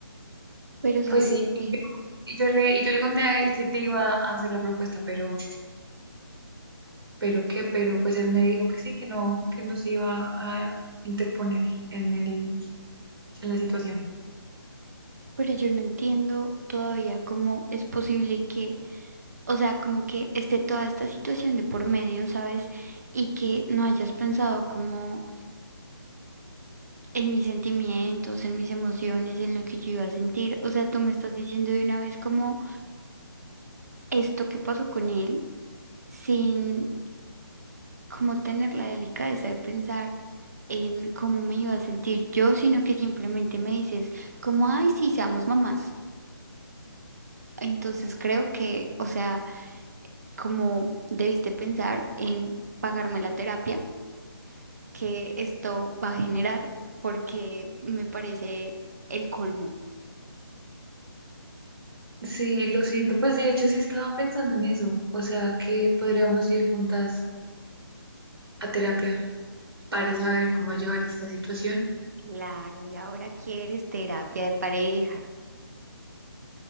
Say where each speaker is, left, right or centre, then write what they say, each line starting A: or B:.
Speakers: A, on the right; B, on the right.
A: Pero, ¿sabes
B: pues sí, yo,
A: qué?
B: y yo le, y yo le conté a él que te iba a hacer la propuesta, pero, pero qué, pero pues él me dijo que sí, que no, que no se iba a interponer en el, en la situación.
A: Pero yo no entiendo todavía cómo es posible que O sea, como que esté toda esta situación de por medio, ¿sabes? Y que no hayas pensado como en mis sentimientos, en mis emociones, en lo que yo iba a sentir. O sea, tú me estás diciendo de una vez como esto que pasó con él, sin como tener la delicadeza de pensar en cómo me iba a sentir yo, sino que simplemente me dices como, ay, sí, seamos mamás. Entonces creo que, o sea, como debiste pensar en pagarme la terapia que esto va a generar, porque me parece el colmo.
B: Sí, lo siento, pues de hecho sí estaba pensando en eso, o sea que podríamos ir juntas a terapia para saber cómo llevar esta situación,
A: Claro, y ahora quieres terapia de pareja.